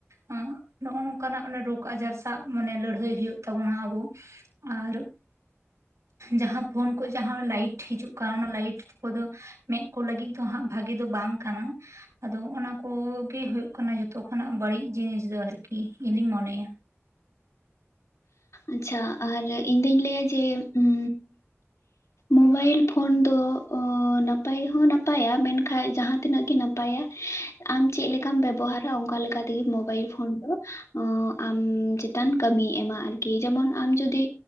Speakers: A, on the right; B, on the left.
A: ᱚᱸᱜ ᱱᱚᱜ-ᱚ ᱱᱚᱝᱠᱟ ᱱᱟᱜ ᱨᱳᱜᱽ ᱟᱡᱟᱨ ᱥᱟᱜ ᱢᱟᱱᱮ ᱞᱟᱹᱲᱦᱟᱹᱭ ᱦᱩᱭᱩᱜ ᱛᱟᱵᱚᱱᱟ ᱟᱵᱚ᱾ ᱟᱨᱼᱼ ᱡᱟᱦᱟᱸ ᱯᱷᱳᱱ ᱠᱚ ᱡᱟᱦᱟᱸ ᱞᱟᱭᱤᱴ ᱦᱤᱡᱩᱜ ᱠᱟᱱ ᱚᱱᱟ ᱞᱟᱭᱤᱴ ᱠᱚᱫᱚ ᱢᱮᱸᱫ ᱠᱚ ᱞᱟᱹᱜᱤᱫ ᱫᱚ ᱦᱟᱸᱜ ᱵᱷᱟᱜᱤ ᱫᱚ ᱵᱟᱝ ᱠᱟᱱᱟ ᱟᱫᱚ ᱦᱚᱜᱼᱚᱱᱟ ᱠᱚᱜᱮ ᱦᱩᱭᱩᱜ ᱠᱟᱱᱟ ᱡᱚᱛᱚ ᱠᱷᱚᱱᱟᱜ ᱵᱟᱹᱲᱤᱡ ᱡᱤᱱᱤᱥ ᱫᱚ ᱟᱨᱠᱤ ᱤᱧᱫᱚᱧ ᱢᱚᱱᱮᱭᱟ᱾
B: ᱟᱪᱪᱷᱟ ᱟᱨ ᱤᱧ ᱫᱩᱧ ᱞᱟᱹᱭᱟ ᱡᱮ ᱩᱸᱻ
A: <unintelligible>
B: ᱢᱳᱵᱟᱭᱤᱞ ᱯᱷᱳᱱ ᱫᱚ ᱚᱸ ᱱᱟᱯᱟᱭ ᱦᱚᱸ ᱱᱟᱯᱟᱭᱟ ᱢᱮᱱᱠᱷᱟᱡ ᱡᱟᱦᱟᱸ ᱛᱤᱱᱟᱹᱜ ᱜᱮ ᱱᱟᱯᱟᱭᱟ ᱟᱢ ᱪᱮᱫ ᱞᱮᱠᱟᱢ ᱵᱮᱵᱚᱦᱟᱨᱟ ᱚᱱᱠᱟ ᱞᱮᱠᱟ ᱛᱮᱜᱮ ᱢᱳᱵᱟᱭᱤᱞ ᱯᱷᱳᱱ ᱫᱚ ᱚᱸ ᱟᱢ ᱪᱮᱛᱟᱱ ᱠᱟᱹᱢᱤᱭ ᱮᱢᱟ ᱟᱨᱼᱼ ᱠᱤ ᱡᱮᱢᱚᱱ ᱟᱢ ᱡᱩᱫᱤ